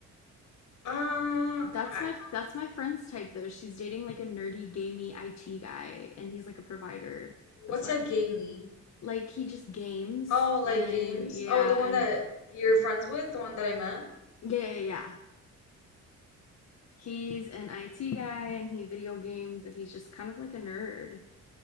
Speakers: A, on the left; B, on the left.
A: Uh,
B: That's
A: I,
B: my that's my friend's type though. She's dating like a nerdy gamey IT guy, and he's like a provider.
A: what's
B: That's what.
A: a gamey?
B: Like he just games
A: Oh,
B: and
A: like games?
B: yeah
A: Oh, the one
B: and.
A: that you're friends
B: mm,
A: with, the one that I met?
B: Yeah, yeah, yeah. he's an IT guy and he video games and he's just kind of like a nerd.